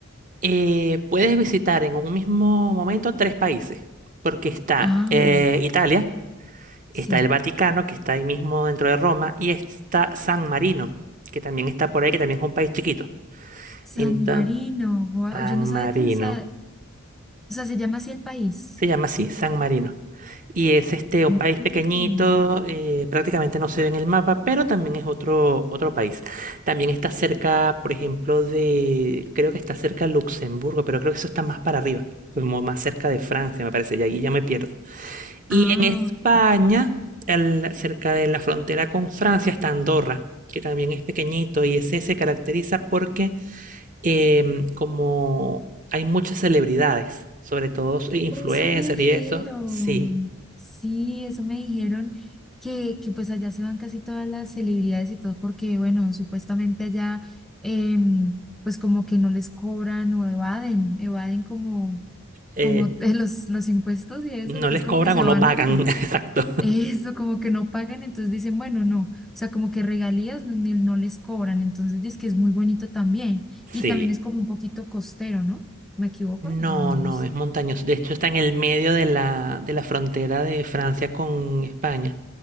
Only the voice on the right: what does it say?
eh, puedes visitar en un mismo momento tres países, porque está
eh, Italia,
Está el Vaticano, que está ahí mismo dentro de Roma, y está San Marino, que también está por ahí, que también es un país chiquito.
Ento-
San
Marino.
Se llama así, San Marino. Y es este un
país pequeñito, eh, prácticamente no se ve en el mapa, pero también es otro, otro país. También está cerca, por ejemplo, de, creo que está cerca de Luxemburgo, pero creo que eso está más para arriba, como más cerca de Francia, me parece, y ahí ya me pierdo. Y
en España,
al- cerca de la frontera con Francia, está Andorra, que también es pequeñito y ese se caracteriza porque em, como hay muchas celebridades, sobre todo s- influencers
y eso, sí,
eh,
no les
cobran
o
no pagan,
<laughs> exacto.
Sí.
No,
no,
es montañoso. De hecho, está en el medio de la, de la frontera de Francia con España.